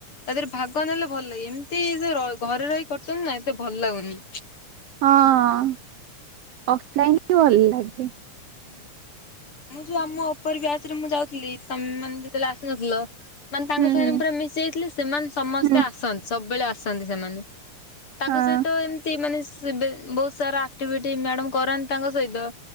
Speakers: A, on the left (about 40°); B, on the right (about 70°).
A: ତା ଦେହରେ ଭାଗ ନେଲେ ଭଲ ଲାଗେ ଏମିତି ଘରେ ରହି କଟୁନି ନା ଏତେ ଭଲ ଲାଗୁନି।
B: ହଁ ଅଫଲାଇନ ବି ଭଲ ଲାଗେ।
A: ହୁଁ। ମୁଁ ଯୋଉ ଆମ ଉପର ବ୍ୟାସ ରେ ମୁଁ ଯାଉଥିଲି ତମେ ମାନେ ଯେତେବେଳେ ଆସିନଥିଲ। ମାନେ ତାଙ୍କ
B: ହୁଁ
A: ସାଙ୍ଗରେ
B: ହୁଁ
A: ପୁରା ମିଶ ଯାଇଥିଲି ସେମାନେ ସମସ୍ତେ
B: ହୁଁ
A: ଆସନ୍ତି ସବୁବେଳେ ଆସନ୍ତି ସେମାନେ। ତାଙ୍କ
B: ହଁ
A: ସହିତ ଏମତି ମାନେ ବହୁତ ସାରା ଆକ୍ଟିଭିଟି ମ୍ୟାଡ କରାନ୍ତି ତାଙ୍କ ସହିତ।